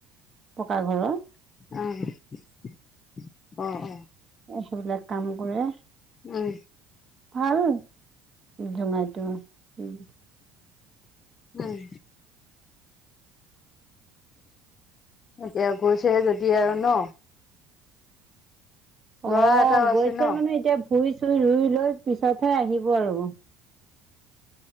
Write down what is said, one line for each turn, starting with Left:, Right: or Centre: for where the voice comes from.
Right: পকা ঘৰৰ
Left: আহ অ', অ,
Right: সেইবিলাক কাম কৰে
Left: উম
Right: ভাল জোঙাইটো, উম,
Left: উম', এতিয়া গৈছেহে যদি আৰু ন, ল'ৰা
Right: অ',
Left: এটাও আছে
Right: গৈছে
Left: ন
Right: মানে এতিয়া ভুই চুই ৰুই লৈ পিছতহে আহিব আৰু